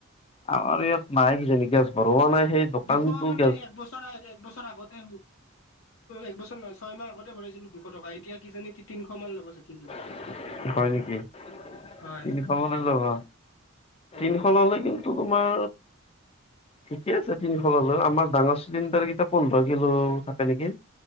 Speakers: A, on the left; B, on the left.
A: আমাৰ ইয়াত নাই কিজানি গেছ ভৰুৱা নাই সেই দোকানতো
B: দুশ মানে
A: গেছ
B: এক বছৰ এক বছৰ আগতে এক বছৰ নহয় ছয় মাহ আগতে ভৰাইছিলো দুশ টকা এতিয়া কি জানি তিশ মান লব চাকি যোন
A: <unintelligible> হয় নেকি
B: হয়
A: তিনিশমানে লব তিনিশ
B: উম
A: ললে কিন্তু টো তোমাৰ ঠিকে আছে তিনিশ ললো আমাৰ ডাঙৰ চিলিণ্ডাৰ কেইটা পোন্ধৰ কিলো থাকে নেকি